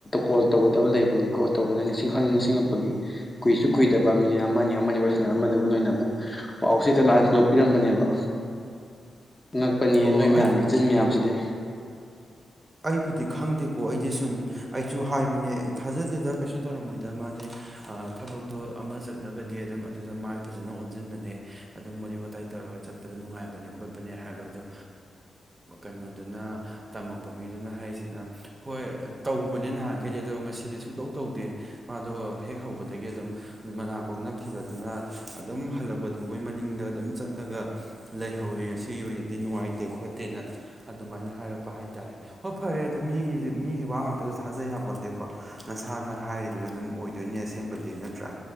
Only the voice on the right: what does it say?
ꯑꯣ
ꯑꯩ
ꯑꯩꯕꯨꯗꯤ ꯈꯪꯗꯦꯀꯣ ꯑꯩꯗꯤ ꯁꯨꯝ ꯑꯩꯁꯨ ꯍꯥꯏꯕꯅꯦ ꯊꯥꯖꯗ‌ꯦꯗ ꯀꯩꯁꯨ ꯇꯧꯔꯝꯃꯣꯏꯗ ꯃꯥꯗꯤ ꯊꯕꯛꯇꯣ ꯑꯃ ꯆꯠꯂꯒꯗꯤ ꯑꯗꯨꯝ ꯑꯗꯨꯗ ꯃꯥꯏ ꯐꯖꯅ ꯑꯣꯟꯁꯤꯟꯕꯅꯦ ꯑꯗꯨꯝ ꯋꯥꯔꯤ ꯋꯥꯇꯥꯏ ꯇꯧꯔꯒ ꯆꯠꯄꯗ ꯅꯨꯡꯉꯥꯏꯕꯅꯦ ꯈꯣꯠꯄꯅꯦ ꯍꯥꯏꯕ ꯑꯗꯣ ꯀꯩꯅꯣꯗꯨꯅ ꯇꯃꯛ ꯄ ꯃꯤꯗꯨꯅ ꯍꯥꯏꯔꯤꯁꯤꯅ ꯍꯣꯏ ꯇꯧꯕꯅꯦ ꯅꯍꯥꯟꯈꯩꯗꯤ ꯑꯗꯣ ꯉꯁꯤꯗꯤ ꯁꯨꯡꯇꯧ ꯇꯧꯗꯦ ꯃꯥꯗꯣ ꯍꯦꯛ ꯍꯧꯕꯗꯒꯤ ꯑꯗꯨꯝ ꯃꯅꯥ ꯀꯣꯛ ꯅꯞꯈꯤꯕꯗꯨꯅ ꯑꯗꯨꯝ ꯍꯜꯂꯛꯄꯗꯨ ꯃꯣꯏ ꯃꯅꯤꯡꯗ ꯑꯗꯨꯝ ꯆꯠꯂꯒ ꯂꯩꯍꯧꯋꯦ ꯉꯁꯤꯒꯤ ꯑꯣꯏꯅꯗꯤ ꯅꯨꯡꯉꯥꯏꯇꯦ ꯈꯣꯠꯇꯦꯅ ꯑꯗꯨꯃꯥꯏꯅ ꯍꯥꯏꯔꯛꯄ ꯍꯥꯏꯇꯥꯔꯦ ꯍꯣꯏ ꯐꯔꯦ ꯑꯗꯨ ꯃꯤꯒꯤ ꯃꯤꯒꯤ ꯋꯥ ꯉꯥꯛꯇꯁꯨ ꯊꯥꯖ ꯌꯥꯕꯣꯠꯇꯦꯀꯣ ꯅꯁꯥꯅ ꯍꯥꯏꯔꯤꯗꯨꯗ ꯑꯗꯨꯝ ꯑꯣꯏꯗꯣꯏꯅꯤ ꯑꯁꯦꯡꯕꯗꯤ ꯅꯠꯇ꯭ꯔꯥ